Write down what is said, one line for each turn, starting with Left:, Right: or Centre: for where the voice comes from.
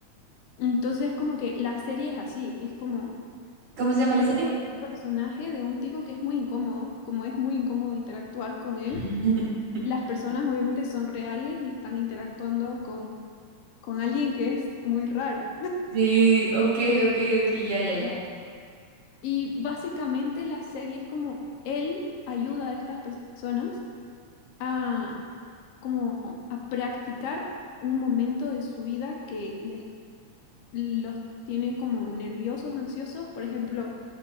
Left: Entonces, como que la serie es así, es como,
Right: ¿Cómo se llama
Left: él
Right: la
Left: está
Right: serie?
Left: como un personaje de un tipo que es muy incómodo, es como es muy incómodo interactuar con él.
Right: <laughs>
Left: Las personas obviamente son reales y están interactuando con, con alguien que es muy raro.
Right: Sí, ok, ok, ok, ya, ya,
Left: <laughs>
Right: ya.
Left: Y básicamente la serie es como él ayuda a estas personas a como a practicar un momento de su vida que les, los tiene como nerviosos, ansiosos. Por ejemplo,